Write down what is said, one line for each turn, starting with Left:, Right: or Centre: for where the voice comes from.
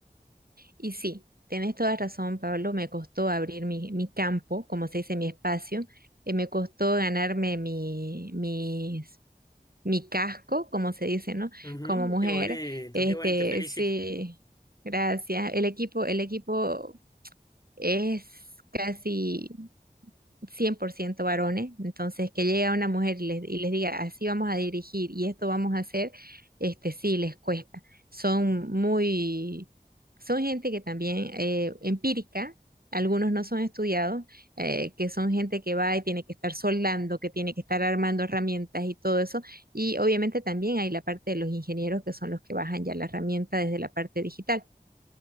Right: Y sí, tenés toda razón, Pablo. Me costó abrir mi, mi campo, como se dice, mi espacio. eh, me costó ganarme mi, mis- mi casco, como se dice, ¿no?
Left: Ujú,
Right: Como mujer.
Left: qué bonito,
Right: Este,
Left: qué bonito, te felicito.
Right: sí, gracias. El equipo, el equipo es casi. 100% varones, entonces que llegue una mujer y les, y les diga, así vamos a dirigir y esto vamos a hacer, este sí les cuesta. Son muy, son gente que también eh, empírica, algunos no son estudiados, eh, que son gente que va y tiene que estar soldando, que tiene que estar armando herramientas y todo eso. Y obviamente también hay la parte de los ingenieros que son los que bajan ya la herramienta desde la parte digital.